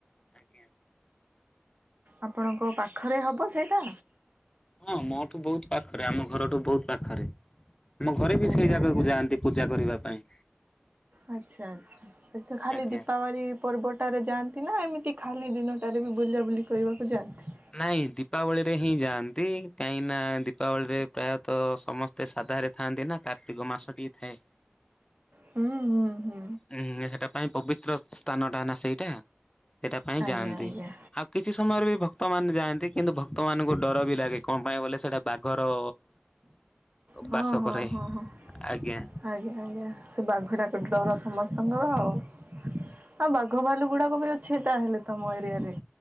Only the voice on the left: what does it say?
ଆଜ୍ଞା।
ହଁ ମୋଠୁ ବୋହୁତ ପାଖରେ ଆମ ଘରଠୁ ବୋହୁତ ପାଖରେ। ଆମ ଘରେ ବି
ସେଇ ଜାଗାକୁ
ଯାଆନ୍ତି ପୂଜା କରିବା ପାଇଁ।
ଆଜ୍ଞା।
ନାଇଁ ଦୀପାବଳିରେ ହିଁ ଯାଆନ୍ତି କାହିଁକି ନା ଦୀପାବଳିରେ ପ୍ରାୟତଃ ସମ ଏତେ ସାଧାରେ ଥାଆନ୍ତି ନା କାର୍ତ୍ତିକ ମାସଟିଏ ଥାଏ।
ଉଁ ହୁଁ ସେଟା ପାଇଁ ପବିତ୍ର ସ୍ଥାନଟା ନା ସେଇଟା। ସେଟା ପାଇଁ ଯାଆନ୍ତି
ଆଉ କିଛି ସମୟରେ ବି ଭକ୍ତ ମାନେ ଯାଆନ୍ତି। କିନ୍ତୁ ଭକ୍ତମାନାନଙ୍କୁ ଡର ବି ଲାଗେ କଣ ପାଇଁ କହିଲେ ସେଟା ବାଘର
ବାସ
କରେ
ଆଜ୍ଞା